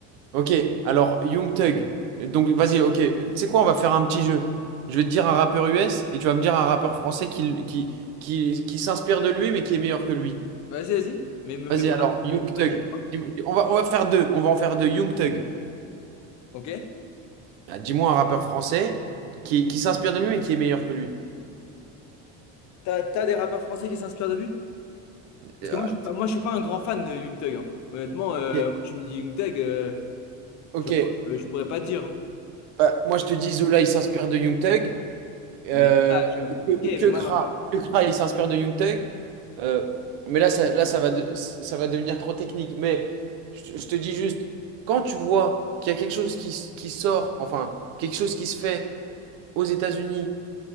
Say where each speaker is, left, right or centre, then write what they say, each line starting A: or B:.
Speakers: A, on the right; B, on the left.
A: Ok, alors Young Thug. Donc vas-y, ok. Tu sais quoi, on va faire un petit jeu. Je vais te dire un rappeur US et tu vas me dire un rappeur français qui, qui, qui, qui s'inspire de lui mais qui est meilleur que lui.
B: Vas-y, vas-y. Mais me
A: Vas-y,
B: fais pas.
A: alors, Young
B: me-
A: Thug.
B: Vas-y.
A: Dis- On va, on va faire deux. On va en faire deux. Young Thug.
B: Ok?
A: Ah, dis-moi un rappeur français qui, qui s'inspire de lui et qui est meilleur que lui.
B: T'as, t'as des rappeurs français qui s'inspirent de lui? Parce
A: Euh,
B: que moi, je
A: Ah,
B: suis
A: t-
B: pas, moi, je suis pas un grand fan de Young Thug. hein. Honnêtement,
A: ok.
B: euh, moi, tu me dis Young Thug, euh,
A: Ok.
B: genre, euh, je pourrais pas te dire. hein.
A: Bah, moi, je te dis, Zola, il s'inspire de Young Thug. Euh,
B: Ah, mais ça, tu-
A: que,
B: ok, mais
A: que
B: moi,
A: Kra.
B: voilà,
A: Que Kra, il s'inspire de Young Thug. Euh, mais là, ça, là ça va de- ça va devenir trop technique. Mais je, te je te dis juste, quand tu vois qu'il y a quelque chose qui, s- qui sort, enfin, quelque chose qui se fait aux États-Unis